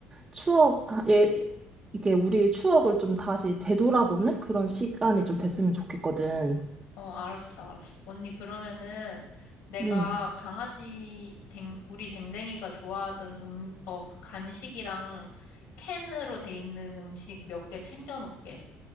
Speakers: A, on the right; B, on the left.
A: 추억, 아, 예, 이게 우리의 추억을 좀 다시 되돌아보는 그런 시간이 좀 됐으면 좋겠거든.
B: 어, 알았어, 알았어. 언니, 그러면은 내가
A: 음.
B: 강아지, 댕, 우리 댕댕이가 좋아하던 음, 어, 그 간식이랑 캔으로 돼 있는 음식 몇 개 챙겨놓을게.